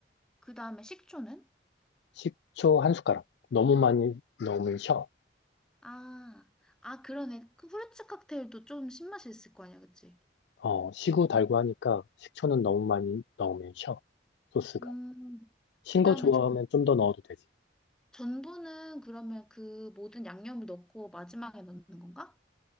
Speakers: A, in the centre; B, on the left.
A: 그 다음에 식초는?
B: 식초 한 숟가락. 너무 많이 넣으면 셔.
A: 아, 아, 그러네. 그 후르츠 칵테일도 좀 신맛이 있을 거 아니야, 그치?
B: 어, 시후 달고 하니까 식초는 너무 많이 넣으면 셔. 소스가.
A: 음,
B: 신
A: 그 다음에
B: 거 좋아하면
A: 전,
B: 좀 더 넣어도 되지.
A: 전분은 그러면 그 모든 양념을 넣고 마지막에 넣는 건가?